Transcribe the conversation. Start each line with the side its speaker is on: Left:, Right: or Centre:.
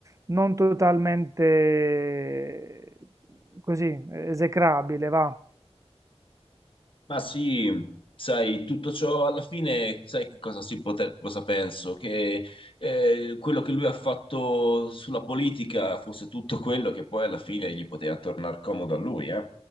Right: non totalmente eh, così eh, esecrabile, va.
Left: ma sì, sai, tutto ciò alla fine, sai che cosa, si pote- cosa penso? Che eh, quello che lui ha fatto sulla politica fosse tutto quello che poi alla fine gli poteva tornare comodo a lui, eh?